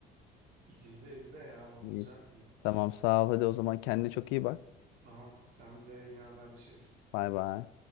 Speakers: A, on the right; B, on the left.
A: İzle izle ya o
B: İyi.
A: güzel film.
B: Tamam sağ ol hadi o zaman kendine çok iyi bak.
A: Tamam sen de yine haberleşiriz.
B: Bay bay.